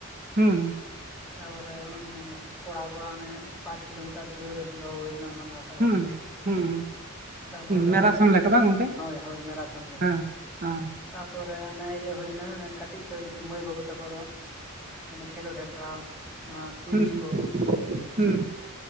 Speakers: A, on the right (about 40°); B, in the centre.
A: ᱦᱩᱸ
B: ᱛᱟᱯᱚᱨᱮ ᱚᱱᱮ ᱠᱚᱲᱟ ᱠᱚᱣᱟᱜ ᱚᱱᱮ ᱯᱟᱸᱪ ᱠᱤᱞᱳᱢᱤᱴᱟᱨ ᱫᱟᱹᱲ ᱫᱚᱦᱚ ᱦᱩᱭ ᱞᱮᱱᱟ ᱚᱱᱟ ᱞᱟᱥ
A: ᱦᱩᱸ ᱦᱩᱸ
B: ᱛᱟᱯᱚᱨᱮ
A: ᱢᱮᱨᱟᱛᱷᱚᱱ ᱞᱮᱠᱟ ᱵᱟᱝ ᱜᱚᱝᱠᱮ
B: ᱦᱳᱭ ᱦᱳᱭ ᱢᱮᱨᱟᱛᱷᱚᱱ ᱞᱮᱠᱟ
A: ᱦᱮᱸ ᱦᱮᱸ
B: ᱛᱟᱯᱚᱨᱮ ᱟᱱᱮ ᱤᱭᱟᱹ ᱦᱩᱭᱱᱟ ᱠᱟᱹᱴᱤᱡ ᱠᱚ ᱜᱤᱫᱟᱨ ᱢᱟᱹᱭ ᱵᱟᱹᱵᱩ ᱛᱟᱠᱚ ᱠᱷᱮᱞᱳᱰ ᱦᱮᱯᱨᱟᱣ ᱚᱱᱟ ᱠᱩᱭᱤᱡ
A: ᱦᱩᱸ
B: ᱠᱚ
A: ᱦᱩᱸ